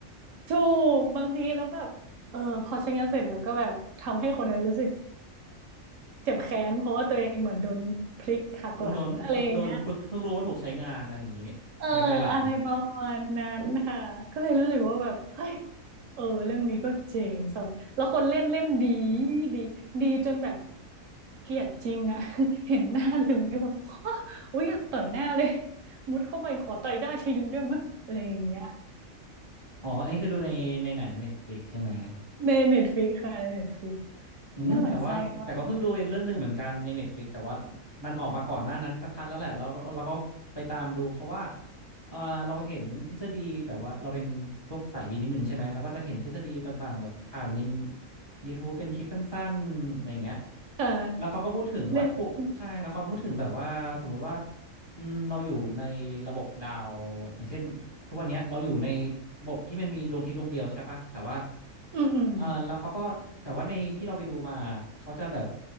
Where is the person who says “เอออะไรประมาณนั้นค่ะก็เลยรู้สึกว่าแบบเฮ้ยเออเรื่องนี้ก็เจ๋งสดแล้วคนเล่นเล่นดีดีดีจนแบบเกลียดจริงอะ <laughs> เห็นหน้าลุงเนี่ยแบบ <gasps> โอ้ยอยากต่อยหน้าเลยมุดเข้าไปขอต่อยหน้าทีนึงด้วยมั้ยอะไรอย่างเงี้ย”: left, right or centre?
Right